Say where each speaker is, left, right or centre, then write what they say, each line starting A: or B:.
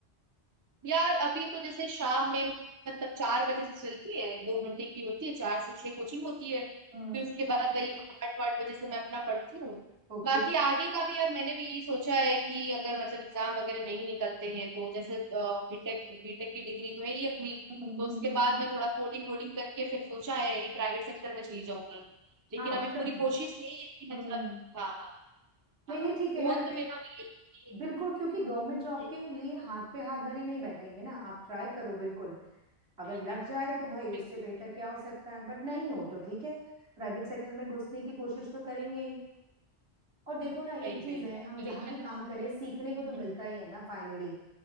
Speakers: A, on the right; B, on the right.
A: यार अभी तो जैसे शाम में मतलब चार बजे से चलती है दो घंटे की होती है चार से छह कोचिंग होती है फिर
B: Hmm
A: उसके बाद वही आठ वाठ बजे से मैं अपना पढ़ती हूँ
B: Okay
A: बाकी आगे का भी यार मैंने भी यही सोचा है कि अगर मतलब एग्जाम वगैरह नहीं निकलते हैं तो जैसे बीटेक बीटेक की डिग्री तो है ही अपनी
B: Hmm
A: तो
B: hmm,
A: उसके
B: hmm,
A: बाद
B: hmm.
A: मैं थोड़ा कोडिंग वोडिंग करके फिर सोचा है कि प्राइवेट सेक्टर में चली जाऊंगी लेकिन
B: हाँ मतलब
A: अभी पूरी कोशिश यही है कि
B: हम्म,
A: मतलब हाँ हाँ
B: नहीं
A: हाँ
B: नहीं ठीक
A: गोल
B: है यार
A: तो मेरा अभी यही है कि-
B: बिल्कुल क्योंकि गवर्नमेंट जॉब
A: हम्म,
B: के लिए हाथ पे हाथ धरे नहीं बैठेंगे ना आप ट्राई करो बिल्कुल अगर
A: नहीं नहीं
B: लग जाए तो भाई उससे
A: बिल्कुल
B: बेहतर क्या हो सकता है बट नहीं हो तो ठीक है प्राइवेट सेक्टर में घुसने की कोशिश तो करेंगे ही और देखो ना एक
A: वही
B: चीज
A: वही
B: है
A: यार
B: हम
A: वही
B: जहां
A: मैंने
B: भी काम
A: तो
B: करें सीखने को तो मिलता
A: हम्म,
B: ही है ना फाइनली